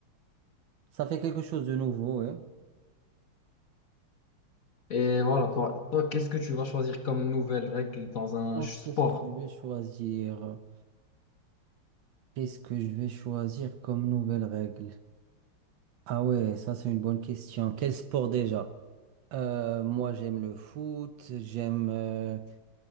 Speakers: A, on the right; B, on the left.
A: Ça fait quelque chose de nouveau, ouais.
B: Et voilà, toi, toi qu'est-ce que tu vas choisir comme nouvelle règle dans un
A: Alors,
B: sport?
A: qu'est-ce que je vais choisir? Qu'est-ce que je vais choisir comme nouvelle règle? Ah ouais, ça c'est une bonne question. Quel sport déjà? Euh, moi j'aime le foot, j'aime. euh,